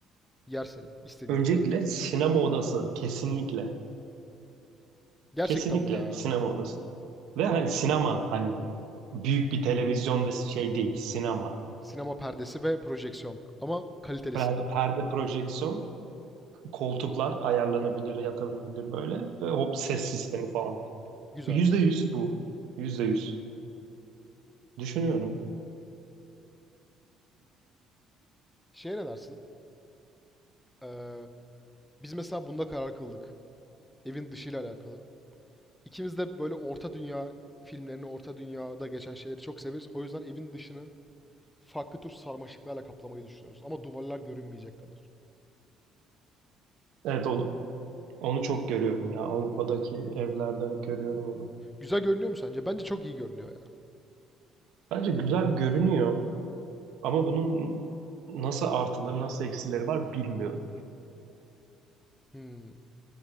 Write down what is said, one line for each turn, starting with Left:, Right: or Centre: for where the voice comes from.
Centre: yer senin. İstediğini
Right: Öncelikle
Centre: koy.
Right: sinema odası kesinlikle.
Centre: Gerçekten
Right: Kesinlikle
Centre: mi ya?
Right: sinema odası. Ve hani sinema hani büyük bir televizyon ve şey değil sinema.
Centre: Sinema perdesi ve projeksiyon. Ama kalitelisinden.
Right: Per- Perde projeksiyon koltuklar ayarlanabilir, yatabilir böyle. Ve hop ses sistemi falan.
Centre: Güzel.
Right: Yüzde yüz bu. Yüzde yüz. Düşünüyorum.
Centre: Şeye ne dersin? Ee, biz mesela bunda karar kıldık. Evin dışıyla alakalı. İkimiz de böyle orta dünya filmlerini, orta dünyada geçen şeyleri çok severiz. O yüzden evin dışını farklı tür sarmaşıklarla kaplamayı düşünüyoruz. Ama duvarlar görünmeyecek kadar.
Right: Evet onu, onu çok görüyorum ya. Avrupa'daki evlerde görüyorum onu.
Centre: Güzel görünüyor mu sence? Bence çok iyi görünüyor ya.
Right: Bence güzel görünüyor ama bunun nasıl artıları nasıl eksileri var bilmiyorum.
Centre: Hmm.